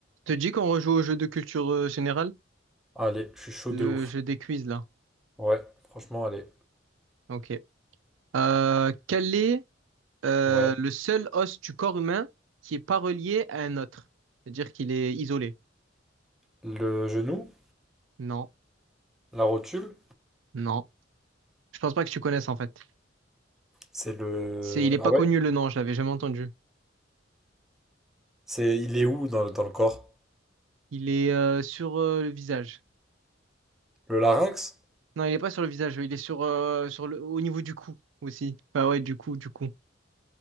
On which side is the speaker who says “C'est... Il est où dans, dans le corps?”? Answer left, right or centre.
Centre